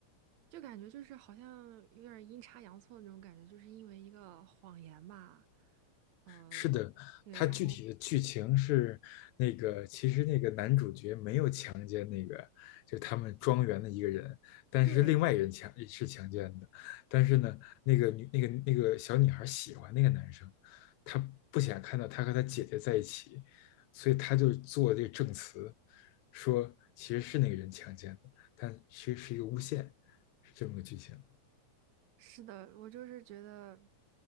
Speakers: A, on the right; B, on the left.
A: 就感觉就是好像有点阴差阳错的那种感觉，就是因为一个谎言吧，嗯、
B: 是的，
A: 对，
B: 它具体的剧情是那个，
A: 然后
B: 其实那个男主角没有强奸那个，就是他们庄园的一个人，但是另外一个人强是强奸的，
A: 对对，
B: 但是呢，那个女那个那个小女孩喜欢那个男生，她不想看到他和他姐姐在一起，所以她就做这个证词，说其实是那个人强奸的，但其实是一个诬陷，是这么个剧情。
A: 是的，我就是觉得，